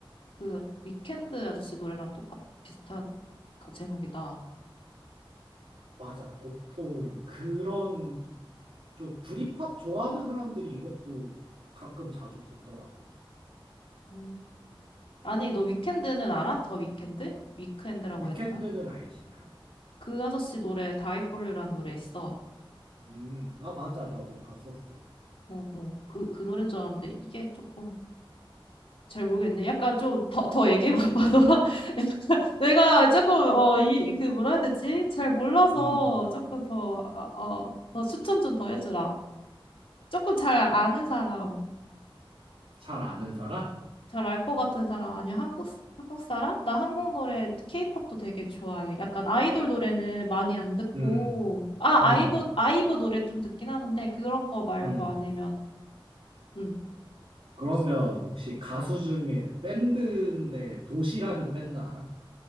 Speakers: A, on the left; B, on the right.
A: 그 위켄드 아저씨 노래랑 똑같 비슷한 가- 제목이다.
B: 맞아. 보통 그런 쪽 브리팝 좋아하는 사람들이 이것도 가끔 자주 듣더라고.
A: 음. 아니, 너 위켄드는 알아? 더 위켄드? 위크엔드라고
B: 위켄드는
A: 해야 되나?
B: 알지, 당연히.
A: 그 아저씨 노래 Die for you라는 노래 있어.
B: 음, 아 맞아. 나도 봤었어.
A: 어, 어. 그, 그 노래인 줄 알았는데 이게 조금 잘 모르겠네. 약간 좀 더, 더 얘기해봐봐. <laughs> 너랑 약간 내가 조금 어, 이, 그 뭐라 해야 되지? 잘 몰라서
B: 음,
A: 조금 더, 어, 어, 더 추천 좀 더 해주라. 조금 잘 아는 사람.
B: 잘 아는 사람?
A: 잘 알 것 같은 사람 아니면 한국 사- 한국 사람? 나 한국 노래 케이팝도 되게 좋아해. 약간 아이돌 노래는 많이 안 듣고
B: 음,
A: 아
B: 음,
A: 아이브 아이브 노래 좀 듣긴 하는데 그런 거 말고
B: 음.
A: 아니면 음
B: 그러면
A: 혹시-
B: 혹시 가수 중에 밴드인데 도시라는 밴드 알아?